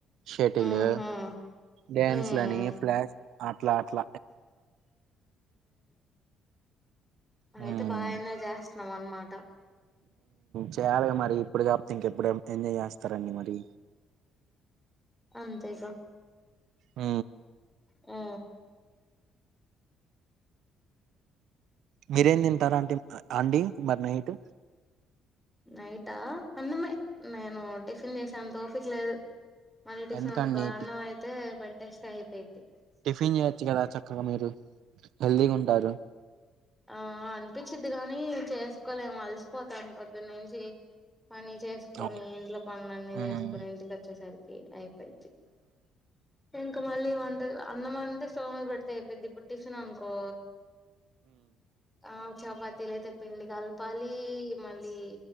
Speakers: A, on the right; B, in the centre.
A: శెటిలు
B: ఊహూ
A: డ్యాన్స్
B: హ్మ్
A: లని ఫ్లా అట్ల అట్ల హ్మ్
B: అయితే బాగ ఎంజాయ్ చేస్తున్నావు అనమాట
A: చేయాలిగా మరి ఇప్పుడు కాకపోతే ఇంకెప్పుడు ఎంజాయ్ చేస్తారండి మరి
B: అంతేగ
A: హు
B: ఆ
A: మీరేం తింటార <unintelligible> అండి మరి నైట్
B: నైటా అన్నమే నేను టిఫిన్ చేసే అంతే ఓపిక లేదు మళ్ళీ టిఫిన్
A: ఎందుకండి
B: వండుకో అన్నం
A: టి-
B: అయితే పేట్టేస్తే అయిపోయిది
A: టిఫిన్ చేయొచ్చు కదా చక్కగా మీరు హెల్దీగా ఉంటారు
B: ఆ అనిపించిద్ది గాని చేసుకోలేం అలసిపోతాను పొద్దు నుంచి పని చేసుకొని
A: అవును
B: ఇంట్లో పనులన్నీ
A: హ్మ్
B: చేసుకొని ఇంటికి వచ్చేసరికి అయిపోది ఇంకా మళ్ళీ ఇ వంట అన్నము అంటే స్టవర్ మీద పెడితే అయిపోయిద్ది ఇప్పుడు టిఫిన్ అనుకో ఆ చపాతీలు అయితే పిండి కలపాలి మళ్ళీ